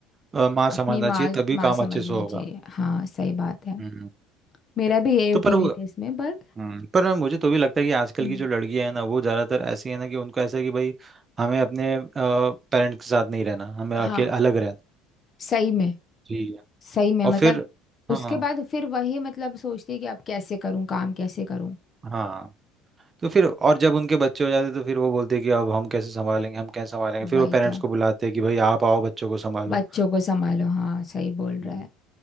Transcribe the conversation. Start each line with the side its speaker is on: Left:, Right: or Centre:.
Right: अ, माँ समझना
Left: अपनी माँ
Right: चाहिए तभी
Left: माँ
Right: काम
Left: समझना
Right: अच्छे से होगा
Left: चाहिए हाँ सही बात है
Right: हम्म
Left: मेरा भी यही
Right: तो
Left: ओपिनियन
Right: पर वो
Left: है इसमें पर
Right: हम्म पर मुझे तो भी लगता है कि आजकल
Left: हम्म,
Right: की जो लड़कियां हैं ना वो ज़्यादातर ऐसी है ना कि उनको ऐसा है कि भाई हमें अपने पेरेंट्स के साथ नहीं रहना हमें
Left: हाँ
Right: अकेले अलग रहना
Left: सही में
Right: जी
Left: सही में
Right: और
Left: मतलब
Right: फिर
Left: उसके
Right: हाँ
Left: बाद फिर वही मतलब सोचती है कि अब कैसे करूँ काम कैसे करूँ
Right: हाँ तो फिर और जब उनके बच्चे हो जाते तो फिर वो बोलते कि अब हम कैसे संभालेंगे हम कैसे संभालेंगे फिर
Left: वही
Right: वो पेरेंट्स
Left: तो
Right: को बुलाते कि भाई आप आओ बच्चों को संभालो
Left: बच्चों को संभालो हाँ सही बोल रहा
Right: हम्म
Left: है